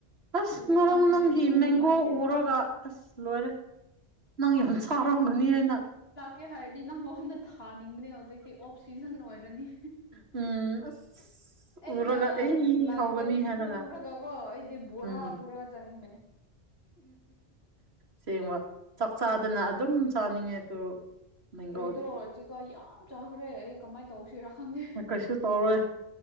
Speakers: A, on the right; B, on the left.
A: ꯑꯁ
B: ꯍꯧꯖꯤꯛꯀꯥꯟꯗꯤ
A: ꯉꯔꯣꯡ ꯅꯪꯒꯤ ꯃꯦꯡꯒꯣ
B: ꯁꯤꯖꯟꯅꯦ
A: ꯎꯔꯒ ꯑꯁ ꯂꯣꯏꯔꯦ ꯅꯪ ꯌꯥꯝ ꯁꯥꯔꯝꯒꯅꯤꯅ
B: ꯀꯩ ꯍꯥꯏꯔꯗꯤ ꯅꯪꯉꯣꯟꯗ ꯊꯥꯅꯤꯡꯕꯅꯦ ꯍꯧꯖꯤꯛꯇꯤ ꯑꯣꯐ ꯁꯤꯖꯟ ꯑꯣꯏꯔꯅꯤ
A: ꯎꯝ ꯑꯁ
B: ꯑꯩꯅ
A: ꯎꯔꯒ ꯑꯩ
B: ꯂꯥꯛꯄ꯭ꯔꯗꯤ
A: ꯍꯧꯒꯅꯤ ꯍꯥꯏꯔꯒ
B: ꯄꯨꯔꯒ ꯀꯣ ꯑꯩꯗꯤ ꯕꯣꯔꯥ
A: ꯎꯝ
B: ꯄꯨꯔꯒ ꯆꯥꯅꯤꯡꯕꯅꯤ
A: ꯁꯦꯡꯕ ꯆꯥꯛ ꯆꯥꯗꯅ
B: ꯎꯝ
A: ꯑꯗꯨꯝ ꯆꯥꯅꯤꯡꯉꯦ ꯑꯗꯨ ꯃꯦꯡꯒꯣꯗꯤ
B: ꯑꯩꯗꯣ ꯆꯦꯒꯥ ꯌꯥꯝ ꯆꯥꯈ꯭ꯔꯦ ꯑꯩ ꯀꯃꯥꯏ ꯇꯧꯁꯤꯔꯥ ꯈꯪꯗꯦ
A: ꯀꯩꯁꯨ ꯇꯧꯔꯣꯏ